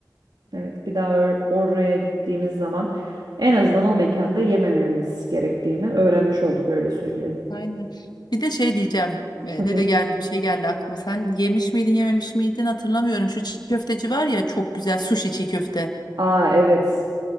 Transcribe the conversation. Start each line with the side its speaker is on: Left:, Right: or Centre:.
Right: evet, bir daha or- oraya gittiğimiz zaman en azından o mekanda yemememiz gerektiğini öğrenmiş olduk öyle söyleyelim.
Left: Aynen. Bir de şey diyeceğim. e,
Right: Hı hı.
Left: Ne de geldi bir şey geldi aklıma. Sen yemiş miydin yememiş miydin hatırlamıyorum. Şu çiğ köfteci var ya çok güzel sushi çiğ köfte.
Right: Aa evet.